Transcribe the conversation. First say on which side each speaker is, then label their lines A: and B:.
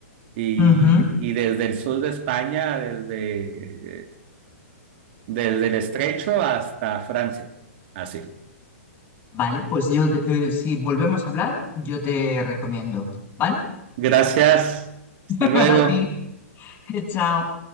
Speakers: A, on the right (about 45°); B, on the left (about 25°).
A: y,
B: Ujú.
A: y desde el sur de España, desde, desde el Estrecho hasta Francia. Así.
B: Vale, pues yo, eh, si volvemos a hablar, yo te recomiendo. ¿Vale?
A: Gracias. Hasta
B: <laughs>
A: luego.
B: A ti. <laughs> Chao.